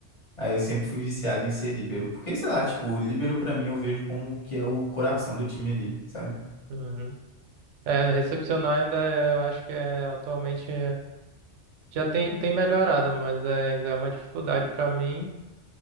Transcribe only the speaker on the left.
Aí eu sempre fui viciado em ser líbero, porque sei lá, tipo, o líbero pra mim eu vejo como que é o coração do time ali, sabe?